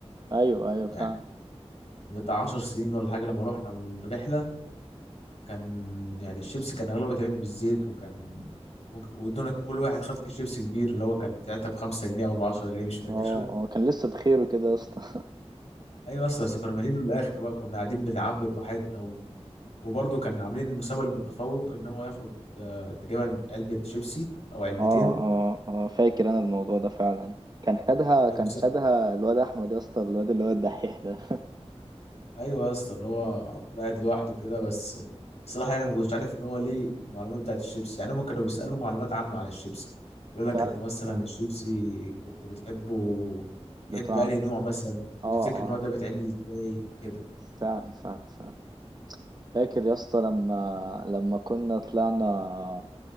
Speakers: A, on the right; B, on the left.
A: ايوه ايوه فعلا
B: يعني بتاع 10 سنين ولا حاجه لما رحنا الرحله كان يعني الشيبسي كان اغلبه بيتعمل بالزيت وكان وادونا كل واحد خد كيس شيبسي كبير اللي هو كان ساعتها ب 5 جنيه او ب 10 جنيه مش فاكر
A: اه اه كان لسه بخير كده يا اسطى
B: <laughs> ايوه بس بس كنا مالين للاخر بقى كنا قاعدين بنعبي براحتنا وبرضه كان عاملين المسابقة للمتفوق ان هو ياخد آه، تقريبا علبة شيبسي
A: <laughs>
B: او علبتين
A: اه اه اه فاكر انا الموضوع ده فعلا كان خدها
B: كان
A: كان
B: مس...
A: خدها الواد احمد يا اسطى الواد اللي هو الدحيح ده
B: ايوه يا اسطى اللي هو على طول قاعد لوحده كده بس الصراحة يعني ما كنتش عارف ان هو ليه المعلومات بتاعت الشيبسي يعني هم كانوا بيسألوا معلومات عامة عن الشيبسي بيقول لك
A: فعلا
B: انت مثلا
A: فعلا
B: الشيبسي كنت بتحبه
A: بطعم
B: تحب انهي نوع مثلا وتفتكر
A: اه اه
B: النوع ده بيتعمل ازاي كده
A: فعلا فعلا فعلا فاكر يا اسطى لما لما كنا طلعنا